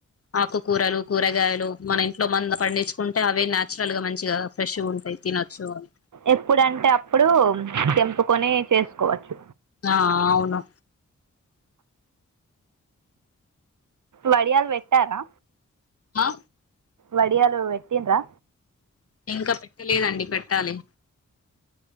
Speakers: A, on the left; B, on the right.
A: ఆకుకూరలు కూరగాయలు మన ఇంట్లో మన పండించుకుంటే అవే నేచురల్ గా మంచిగా ఫ్రెష్ గా ఉంటాయి తినొచ్చు అవి
B: ఎప్పుడంటే అప్పుడు తెంపుకొని చేసుకోవచ్చు
A: ఆ అవును
B: వడియాల్ వెట్టారా
A: ఆ
B: వడియాలు వెట్టిన్రా
A: ఇంకా పెట్టలేదండి పెట్టాలి